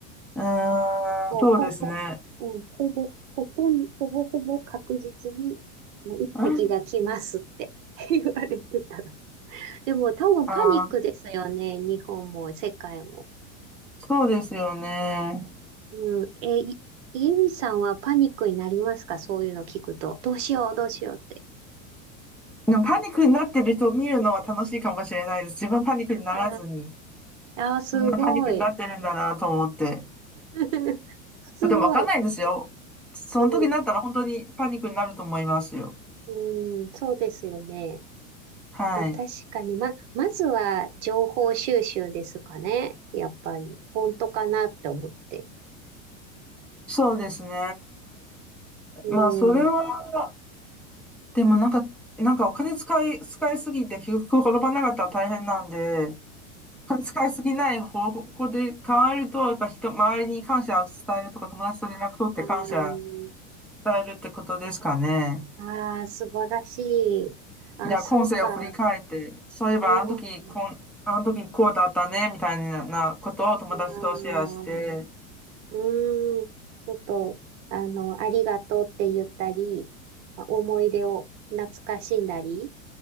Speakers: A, in the centre; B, on the right.
A: うーん、
B: もうほぼ、
A: そうですね。
B: うん、ほぼ、ほとんど、ほぼほぼ確実に、あの、隕石が来ますって
A: うん
B: <laughs> 言われてたら。でも多分パニックですよね。
A: あー、
B: 日本も世界も。
A: そうですよね。
B: うん。え、いイービさんはパニックになりますかそういうの聞くと。どうしよう、どうしようって。
A: でもパニックになってる人を見るのは楽しいかもしれないです。自分パニックにならずに、
B: ああ、ああ、すごい。
A: みんなパニックになってるんだなと思って。
B: <laughs> すごい。
A: でもわかんないですよ。その時になったら本当にパニックになると思いますよ。
B: うん、うん、そうですよね。
A: はい。
B: まあ確かに、ま、まずは情報収集ですかね。やっぱり。本当かなって思って。
A: そうですね。
B: う
A: まあ、それは、
B: ん。
A: でもなんか、なんかお金使い、使いすぎて結局転ばなかったら大変なんで、お金使いすぎない方向で考えると、やっぱ人、周りに感謝を伝えるとか、友達と連絡取って感謝
B: あー
A: 伝えるってことですかね。
B: あー、素晴らしい。あ、
A: いや、
B: そうか。
A: 今世を振り返って、そういえばあの時こん、
B: うん。
A: あの時こうだったね、みたいなことを友達とシェアして、
B: あーうん。ちょっと、あの、ありがとうって言ったり、思い出を懐かしんだり